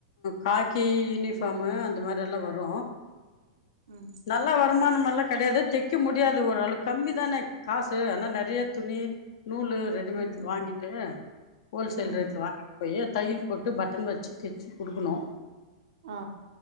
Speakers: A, on the left; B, on the right.
A: காக்கி யூனிஃபாமு அந்த மாரியெல்லா வரு
B: ம்
A: நல்ல வருமானம் எல்லா கெடையாது தெக்க முடியாது ஓரளவு கம்மி தான காசு ஆனா நெறைய துணி நூலு ரெடிமேட்
B: ம்
A: வாங்கிட்டு ஹோல்சேல்
B: ம்
A: ரேட்ல வாங்கி போயி தையல் போட்டு பட்டன் வச்சு தச்சு குடுக்கணு
B: ஆ